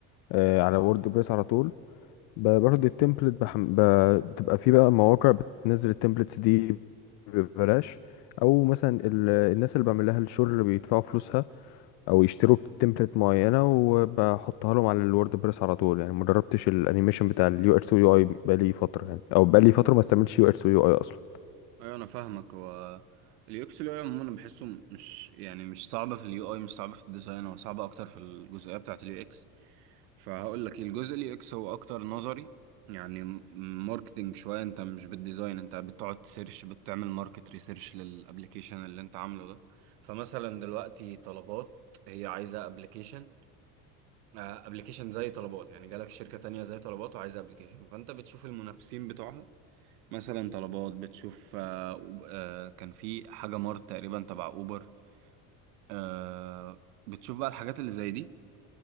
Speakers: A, on the left (about 55°); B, on the right (about 75°).
A: آه، على ووردبريس على طول ب- باخد التمبلت بحم... ب... بتبقى في بقى مواقع بتنزل التمبلتس دي ببلاش او مثلا ال... الناس اللي بعمل لها الشغل بيدفعوا فلوسها او يشتروا تمبلت معينه وبحطها لهم على الورد بريس على طول يعني ما جربتش الانيميشن بتاع اليو اكس ويو اي بقالي فتره يعني او بقالي فتره ما استعملتش يو اكس ويو اي اصلا
B: ايوه انا فاهمك هو اليو اكس اليو اي عموما بحسه مش يعني مش صعبه في اليو اي مش صعبه في الديزاين هو صعبه اكتر في الجزئيه بتاعه اليو اكس فهقول لك الجزء اليو اكس هو اكتر نظري يعني م- ماركتينج شويه انت مش بالديزاين انت بتقعد تسيرش بتعمل ماركت ريسيرش للابليكيشن اللي انت عامله ده فمثلا دلوقتي طلبات هي عايزه ابلكيشن ابلكيشن زي طلبات يعني جالك شركه تانية زي طلبات وعايزه ابلكيشن فانت بتشوف المنافسين بتوعها مثلا طلبات بتشوف آه، أوب- آه، كان في حاجة مارت تقريبا تبع أوبر آه، بتشوف بقى الحاجات اللي زي دي